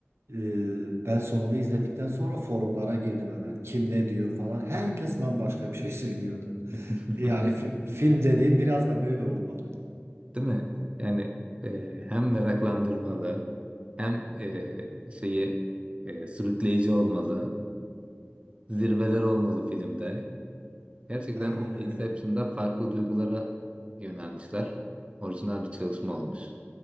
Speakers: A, on the right; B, on the right.
A: Ee, ben sonunu izledikten sonra forumlara girdim hemen. Kim ne diyor falan. Herkes bambaşka bir şey <laughs> söylüyordu.
B: <laughs>
A: E, Yani fi- film dediğin biraz da böyle olmalı.
B: Değil mi? Yani e, hem meraklandırmalı hem e, şeyi e, sürükleyici olmalı. Zirveler olmalı filmde. Gerçekten
A: Aynen
B: o Inception'da
A: öyle.
B: farklı duygulara yönelmişler. Orijinal bir çalışma olmuş.